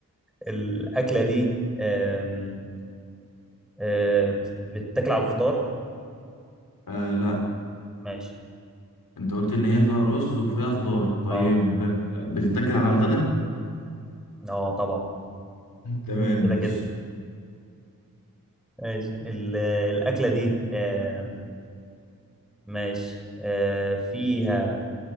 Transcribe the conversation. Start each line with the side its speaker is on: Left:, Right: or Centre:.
Centre: الأكلة دي آم، آه، بت- بتتاكل على الفطار
Left: آه لا
Centre: ماشي
Left: انت قلت ان هي فيها رز وفيها خضار طيب
Centre: اه
Left: بتتاكل على الغدا
Centre: اه طبعا
Left: تمام
Centre: كده
Left: ماشي
Centre: كده ماشي ال- الأكلة دي آم، ماشي آه، فيها